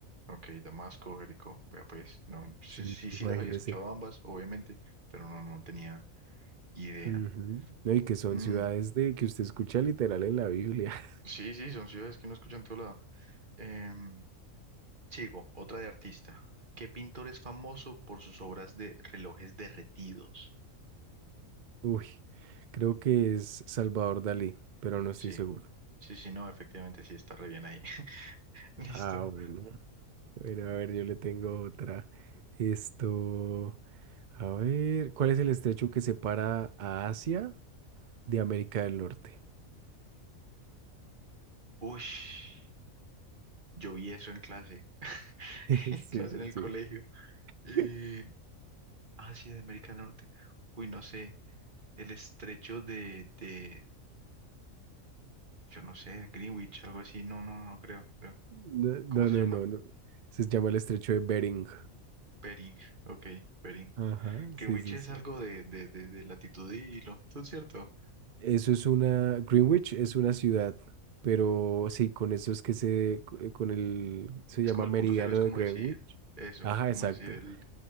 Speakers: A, on the right; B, on the right.
A: ok, Damasco, Jericó. Vea, pues, no. Sí,
B: Sí,
A: sí, sí
B: imagínese.
A: las había escuchado ambas, obviamente, pero no, no tenía idea.
B: Ujú. No, y que son
A: Mm,
B: ciudades de que usted escucha literal en la Biblia. <laughs>
A: sí, sí, son ciudades que no escuchan en todo lado. Em, sigo, otra de artista. ¿Qué pintor es famoso por sus obras de relojes derretidos?
B: Uy, creo que es Salvador Dalí, pero no estoy
A: Sí,
B: seguro.
A: sí, sí, no, efectivamente sí está re bien ahí. <laughs> Listo.
B: Ah, bueno. Bueno, a ver, yo le tengo otra. Esto, a ver, ¿cuál es el estrecho que separa a Asia de América del Norte?
A: Ush, yo vi eso en clase, <laughs>
B: <laughs>
A: en
B: Sí,
A: clase en el
B: sí,
A: colegio. Eh,
B: sí.
A: Asia de América del Norte. Uy, no sé, el estrecho de, de, yo no sé, Greenwich, algo así. No, no, no creo, creo.
B: No, no,
A: ¿Cómo se
B: no,
A: llama?
B: no. no. Se llama el estrecho de Bering.
A: Bering, ok, Bering.
B: Ajá,
A: Greenwich
B: sí, sí,
A: es
B: sí.
A: algo de, de, de, de latitud y longitud, ¿cierto?
B: Eso es una, Greenwich es una ciudad, pero sí, con eso es que se, co- con el, se
A: Es
B: llama
A: como el
B: Meridiano
A: punto cero, es como
B: de Greenwich.
A: decir eso,
B: Ajá,
A: es como
B: exacto,
A: decir el,